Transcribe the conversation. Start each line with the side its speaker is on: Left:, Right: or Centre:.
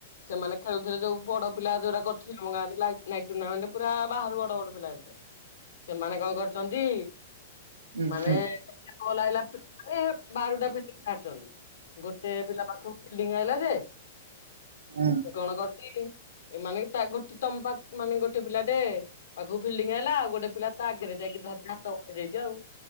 Left: ସେମାନେ ଖେଳୁଥିଲେ ଯୋଉ ବଡ ପିଲା ଯୋଉଟା କରିଥିଲେ ଆମ ଗାଁରେ ନାଇଟ ଟୁର୍ଣ୍ଣାମେଣ୍ଟ ପୁରା ବାହାରୁ ବଡ ବଡ ପିଲା ଆଇଥିଲେ। ସେମାନେ କଣ କରିଛନ୍ତି?
Right: ହୁଁ
Left: ମାନେ
Right: ହୁଁ
Left: <unintelligible> କଲ ଆଇଲା ଫିଟିଙ୍ଗରେ ବାରଟା ଫିଟିଂ ସାରିଛନ୍ତି। ଗୋଟେ ପିଲା ପାଖକୁ ଫିଲ୍ଡିଙ୍ଗ ଆଇଲା ଯେ
Right: ହୁଁ।
Left: ସେ କଣ କର ଚି କି ଏମାନେ ତାଗୋଟେ ତମ ମାନେ ଗୋଟେ ପିଲାଟେ ପାଖକୁ ଫିଲ୍ଡିଂ ହେଲା ଆଉ ଗୋଟେ ପିଲା ତ ଆଗରେ ଯାଇକି ଧରି କି ହାତ ଉଠେଇ ଦେଇଛି ଆଉ